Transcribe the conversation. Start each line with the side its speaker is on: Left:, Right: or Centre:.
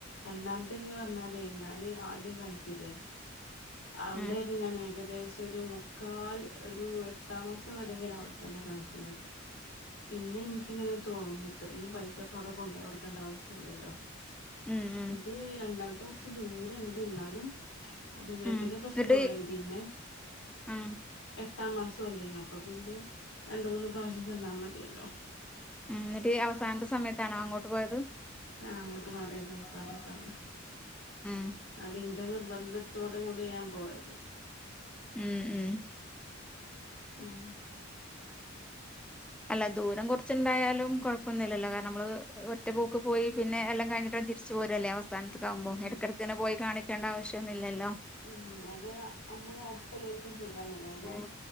Left: രണ്ടാമത്തെന്ന് പറഞ്ഞാലേ ഞാന് ആദ്യം കാണിച്ചില്ലേ അവിടേരുന്നു
Centre: ഉം
Left: ഞാൻ ഏകദേ ഒരു മുക്കാൽ ഒരു എട്ടാം മാസം വരെക്കേന അവിടെ തന്നെ കാണിച്ചിനത്. പിന്നെ ഇനിക്കിങ്ങനെ തോന്നി ഇത്രയും പൈസ പാട കൊണ്ടേ കൊടുക്കേണ്ട ആവശ്യല്ല്യല്ലോ.
Centre: ഉം ഉം
Left: ഇത് രണ്ടാമത്തെ കൊറച്ച് ദൂരണ്ട് എന്നാലും. ദൂരത്തിന്റെ
Centre: ഉം
Left: പ്രശ്നൊള്ളേനി
Centre: എന്നിട്ട്
Left: പിന്നെ.
Centre: ഉം
Left: എട്ടാം മാസല്ലേന അപ്പൊ പിന്നെ രണ്ട് മൂന്ന് പ്രാവശ്യം ചെന്നാ മതിയല്ലോ.
Centre: ഉം എന്നിട്ട് അവസാനത്തെ സമയത്താണോ അങ്ങോട്ട് പോയത്.
Left: ആഹ് അങ്ങട്ട് മാറിയതവസാന സമയ.
Centre: ഉം.
Left: അതിന്റെ നിർബന്ധത്തോട് കൂടിയ ഞാൻ പോയത്.
Centre: ഉം ഉം.
Left: ഉം.
Centre: എല്ല ദൂരം കുറച്ച്ണ്ടായാലും കൊഴപ്പൊന്നുല്ലല്ലോ കാരണം നമ്മള് ഒറ്റപോക്ക് പോയി പിന്നെ എല്ലാം കഴിഞ്ഞിട്ട് തി ച്ചൂരല്ലേ അവസാനത്തക്കാവുമ്പോ
Left: ഉം ഉം
Centre: എടക്കെടക്ക്ങ്ങനെ പോയി കാണീക്കേണ്ട ആവശ്യം ഒന്നില്ലല്ലോ.
Left: ഉം അത് അമ്മള് അട്ത്ള്ളോൽക്ക്‌ സുഖാണ് കാരണം
Centre: ഉം